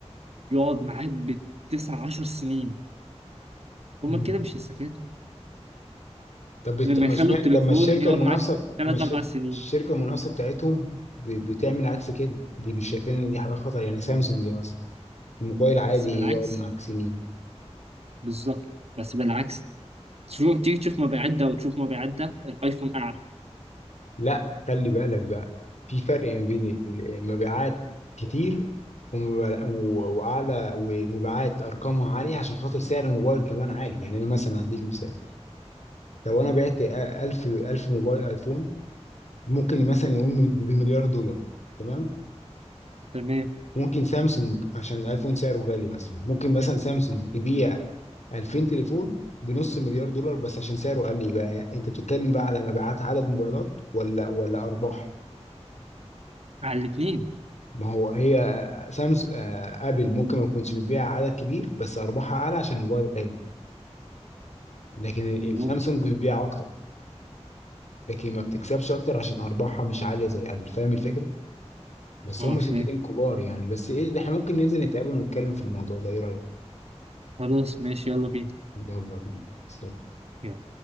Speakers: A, on the right; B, on the left.
A: يقعد معاك بالتسع عشر سنين هما
B: مم.
A: كده مش هيستفادوا
B: طب طب
A: لما
B: ما
A: يخلوا
B: اشمعنى
A: التليفون
B: طب ما الشركه
A: يقعد
B: المنافسه
A: معاك تلات
B: ما الش-
A: أربع سنين
B: الشركه المنافسه بتاعتهم ب- بتعمل عكس كده دي مش شايفين ان دي حاجه خطر يعني سامسونج مثلا الموبايل عادي
A: بس بالعكس
B: يقعد معاك سنين
A: بالظبط بس بالعكس المهم تيجي تشوف مبيعات ده وتشوف مبيعات ده الايفون اعلى
B: لا خلي بالك بقى في فرق ما بين ال- المبيعات كتير ومبيع- و- وأعلى ومبيعات أرقامها عالية عشان خاطر سعر الموبايل كمان عالي يعني أنا مثلا هديك مثال لو أنا بعت 1000 1000 موبايل أيفون ممكن مثلا يقوم بمليار دولار تمام
A: تمام
B: ممكن سامسونج عشان الايفون سعره غالي مثلا ممكن مثلا سامسونج تبيع 2000 تليفون بنص مليار دولار بس عشان سعره قل يبقى انت بتتكلم بقى على مبيعات عدد موبايلات ولا ولا ارباح
A: على الاثنين
B: ما هو هي سامسونج ابل ممكن ما تكونش بتبيع عدد كبير بس ارباحها اعلى عشان الموبايل غالي لكن ال- السامسونج
A: ممكن
B: بتبيع اكتر لكن ما بتكسبش اكتر عشان ارباحها مش عاليه زي ابل فاهم الفكره بس
A: اه
B: هم شركتين
A: فاهم
B: كبار يعني بس ايه ده احنا ممكن ننزل نتقابل ونتكلم في الموضوع ده ايه رايك
A: خلاص ماشي يلا بينا
B: يلا بينا سلام.
A: يلا.